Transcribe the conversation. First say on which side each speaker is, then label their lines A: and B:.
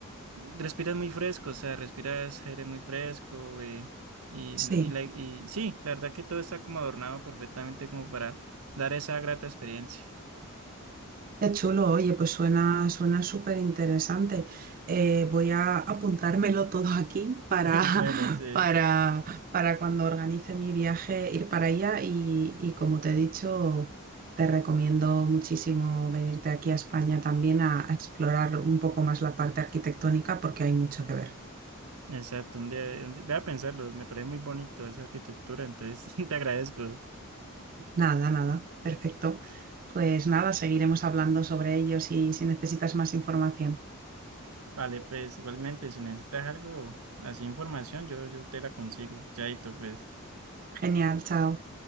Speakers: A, on the right (about 80°); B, on the right (about 40°).
A: respiras muy fresco, o sea, respiras aire muy fresco eh, y,
B: Sí.
A: y, la- y sí, la verdad que todo está como adornado perfectamente como para dar esa grata experiencia.
B: Qué chulo, oye, pues suena, suena súper interesante. voy a apuntármelo todo aquí para,
A: <laughs>
B: <laughs>
A: Bueno, sí.
B: para, para cuando organice mi viaje ir para allá y, y como te he dicho, te recomiendo muchísimo venirte aquí a España también a, a explorar un poco más la parte arquitectónica porque hay mucho que ver.
A: Exacto, un día, un día- voy a pensarlo, me parece muy bonito esa arquitectura, entonces <laughs> te agradezco.
B: Nada, nada, perfecto. Pues nada, seguiremos hablando sobre ello si, si necesitas más información.
A: Vale, pues igualmente, si necesitas algo, así información, yo, yo te la consigo. Chaito, pues.
B: Genial, chao.